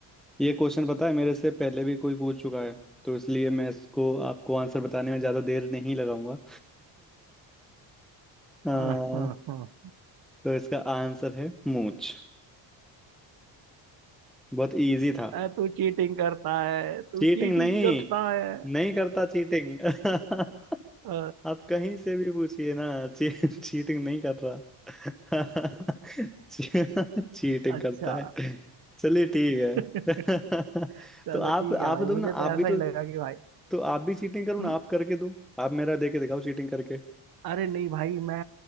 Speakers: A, in the centre; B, on the right.
A: ये क्वेश्चन पता है मेरे से पहले भी कोई पूछ चुका है तो इसलिए मैं इसको आपको आंसर बताने में ज्यादा देर नहीं लगाऊंगा <laughs> आ,
B: <laughs>
A: तो इसका आंसर है मूंछ बहुत इजी था
B: अ, तू चीटिंग करता है तू
A: चीटिंग
B: चीटिंग
A: नहीं
B: करता है
A: नहीं करता चीटिंग <laughs>
B: अ,
A: आप कहीं से भी पूछिए ना ची, चीटिंग नहीं कर रहा <laughs> ची, चीटिंग
B: अच्छा
A: करता है चलिए ठीक है
B: <laughs>
A: <laughs>
B: चलो
A: तो आप
B: ठीक
A: आप
B: है भाई
A: दो
B: मुझे
A: ना
B: तो
A: आप भी
B: ऐसा
A: तो
B: ही लगा कि भाई
A: तो आप भी चीटिंग करो
B: हम्म,
A: ना आप करके दो आप मेरा देके दिखाओ चीटिंग करके
B: अरे नहीं भाई मैं